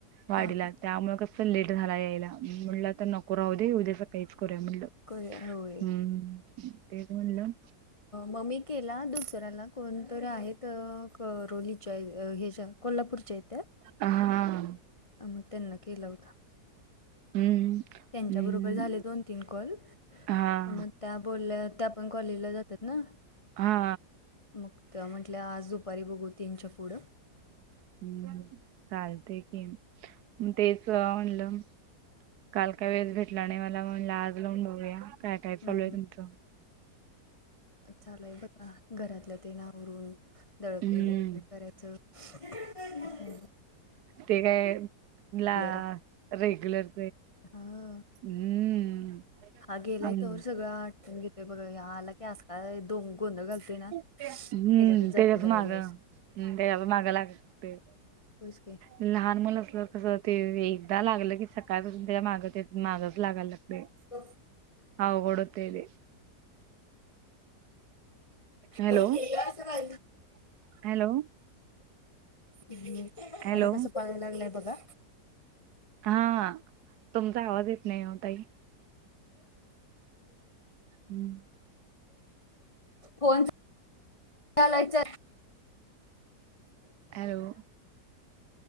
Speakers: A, on the right; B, on the left.
A: वाडीला
B: हां
A: त्यामुळे कसं लेट झाला यायला म्हटलं आता नको राहू दे उद्याचं काहीच करूया म्हटलं
B: होय
A: हम्म तेच म्हणलं
B: मम्मी केले ला दुसऱ्याला कोणतरी आहेत कररोलीच्या ह्याच्या कोल्हापूरच्या येत्या
A: हा
B: मग त्यांना केला होता
A: हम्म
B: त्यांच्या
A: हम्म
B: बरोबर झाले दोन तीन कॉल
A: हा
B: मग त्या बोलल्या त्या पण कॉलेजला जातात ना
A: हा
B: मग म्हटलं आज दुपारी बघू तीनच्या पुढं
A: हम् चालते की मग तेच म्हणलं काल काय वेळेस भेटला नाही मला म लाज लावून बघूया काय काय चालू
B: हं
A: आहे तुमचं
B: चालय बघा घरातल्या ते नावरून दळप
A: हम्म.
B: वगैरे करायचं क्रिकट
A: ते काय ला
B: आहे
A: रेग्युलर
B: हा
A: हम्म
B: हा गेलाय
A: आणि-
B: तर सगळं आटकून घेतय बघ आला की आज का दोन गोंध घालतय ना
A: हम्म
B: ह्याच्यातच जातोय
A: त्याच्याच
B: सगळा
A: मागं
B: दिवस
A: हम् त्याच्या प मागं लागते
B: बसके
A: लहान मुल असलं कस ते एकदा लागलं की सकाळपासून त्याच्या मागत य मागच लागायला लागते
B: हो
A: हा ोडतली हॅलो
B: का
A: हॅलो
B: ह्
A: हॅलो
B: आता कस पाळायला लागलंय बघा
A: हा तुमचा आवाज येत नाही होताई हम्म.
B: फन लायच
A: हॅलो